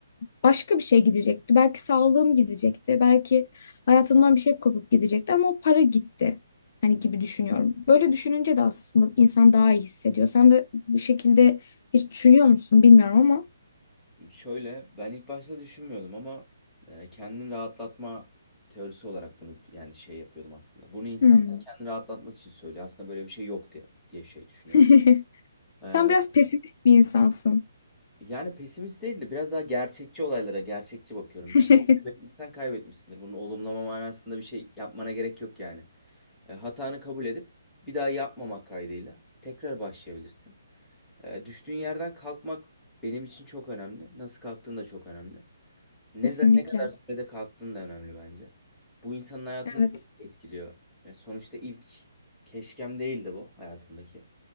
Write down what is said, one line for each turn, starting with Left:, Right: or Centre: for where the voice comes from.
Left: başka bir şey gidecekti. Belki sağlığım gidecekti. Belki hayatımdan bir şey kopup gidecekti ama o para gitti. Hani gibi düşünüyorum. Böyle düşününce de aslında insan daha iyi hissediyor. Sen de bu şekilde hiç düşünüyor musun bilmiyorum ama.
Centre: Şöyle ben ilk başta düşünmüyordum ama e, kendini rahatlatma teorisi olarak bunu yani şey yapıyordum aslında. Bunu insanlar
Left: Hmm.
Centre: kendini rahatlatmak için söylüyor. Aslında böyle bir şey yok diye diye şey düşünüyordum.
Left: <laughs>
Centre: E,
Left: Sen biraz pesimist bir insansın.
Centre: yani pesimist değil de biraz daha gerçekçi olaylara gerçekçi bakıyorum.
Left: <laughs>
Centre: Bir şey kaybetmişsen kaybetmişsindir. Bunu olumlama manasında bir şey yapmana gerek yok yani. E, hatanı kabul edip bir daha yapmamak kaydıyla tekrar başlayabilirsin. E, düştüğün yerden kalkmak benim için çok önemli. Nasıl kalktığın da çok önemli. Ne,
Left: Kesinlikle.
Centre: za- ne kadar sürede kalktığın da önemli bence. Bu insanın hayatını
Left: Evet.
Centre: çok etkiliyor. Yani sonuçta ilk keşkem değildi bu hayatımdaki.